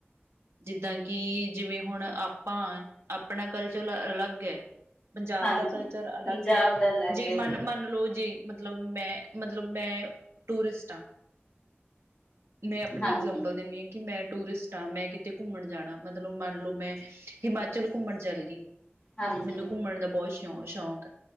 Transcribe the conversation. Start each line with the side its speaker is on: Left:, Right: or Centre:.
Right: ਜਿੱਦਾਂ ਕਿ, ਜਿਵੇਂ ਹੁਣ ਆਪਾਂ ਆਪਣਾ ਕਲਚਰ ਅਲੱਗ ਹੈ, ਪੰਜਾਬ
Left: ਹਾਂਜੀ
Right: ਦਾ ਕਲਚਰ ਅਲੱਗ
Left: ਪੰਜਾਬ
Right: ਹੈ,
Left: ਦਾ ਅਲੱਗ
Right: ਜੇ
Left: ਹੈ
Right: ਮਨ ਮੰਨ ਲਓ ਜੇ ਮਤਲਬ ਮੈਂ, ਮਤਲਬ ਮੈਂ ਟੂਰਿਸਟ ਹਾਂ ਮੈਂ ਆਪਣੀ
Left: ਹਾਂਜੀ
Right: ਇਗਜਾਮਪਲ ਦਿੰਦੀ ਹਾਂ, ਕਿ ਮੈਂ ਟੂਰਿਸਟ ਮੈਂ ਕਿਤੇ ਘੁੰਮਣ ਜਾਣਾ, ਮਤਲਬ ਮੰਨ ਲਓ, ਮੈਂ ਹਿਮਾਚਲ ਘੁੰਮਣ ਚੱਲ ਗਈ।
Left: ਹਾਂਜੀ
Right: ਮੈਨੂੰ ਘਮਣ ਦਾ ਬਹੁ ਸ਼ ਸ਼ ਸ਼ੌਕ,